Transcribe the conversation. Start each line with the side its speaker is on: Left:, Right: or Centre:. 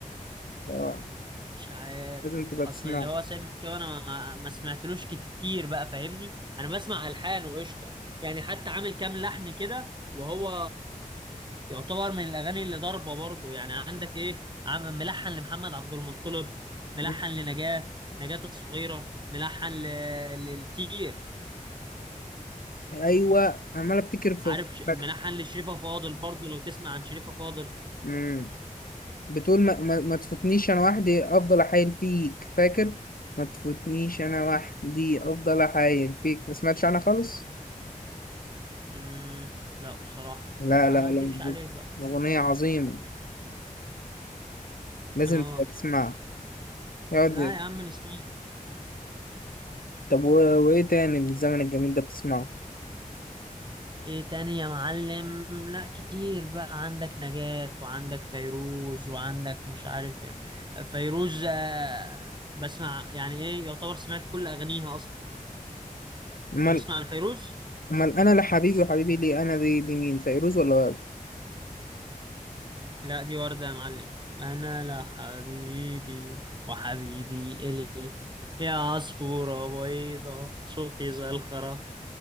Left: آه،
Right: مش عارف
Left: لازم تبقى
Right: اصل
Left: تسمعها
Right: اللي هو سامي كده انا ما ما سمعتلوش كتير بقى فاهمني انا بسمع الحان وقشطة يعني حتى عامل كام لحن كده وهو يعتبر من الاغاني اللي ضاربة برضه يعني عندك ايه عم ملحن لمحمد عبد المطلب ملحن
Left: مم.
Right: لنجاة نجاة الصغيرة ملحن ل... لكتير
Left: أيوة عمال أفتكر في
Right: عارف ش... منحن
Left: فاكر
Right: لشريفة فاضل برضو لو تسمع عن شريفة فاضل
Left: مم. بتقول ما, ما, ما تفوتنيش أنا وحدي أفضل أحايل فيك فاكر ما تفوتنيش أنا وحدي أفضل أحايل فيك ما سمعتش عنها خالص
Right: مم... لا بصراحة
Left: لا
Right: ما
Left: لا
Right: اكدبش
Left: لا
Right: عليك بقى
Left: أغنية عظيمة لازم
Right: اه
Left: تبقى تسمعها يقعد
Right: لا يا عم نسمع
Left: طب و... وإيه تاني من الزمن الجميل ده بتسمعه
Right: ايه تاني يا معلم لا كتير بقى عندك نجاة وعندك فيروز وعندك مش عارف فيروز آه، بسمع يعني ايه يعتبر سمعت كل اغانيها اصلا
Left: أمال
Right: انت تسمع لفيروز
Left: أمال أنا لحبيبي وحبيبي ليه أنا دي دي مين فيروز ولا
Right: لا دي وردة يا معلم أنا لا حبيبي وحبيبي إلي يا عصفورة بيضة صوتي زي الخرا